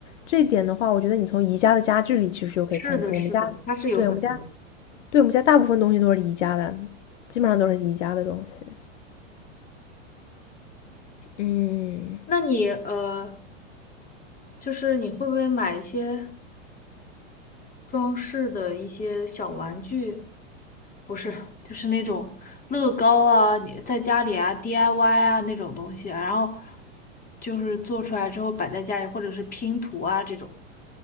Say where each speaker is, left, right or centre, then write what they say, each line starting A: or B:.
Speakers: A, on the left; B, on the left.
A: 这一点的话，我觉得你从宜家的家具里其实就可以看出，
B: 是的，是的，
A: 我们家，
B: 它是有很多的
A: 对，我们家，对，我们家大部分东西都是宜家的，基本上都是宜家的东西，嗯。
B: 那你呃，就是你会不会买一些装饰的一些小玩具？不是，就是那种乐高啊，你在家里啊 DIY 啊那种东西啊，然后就是做出来之后摆在家里，或者是拼图啊这种。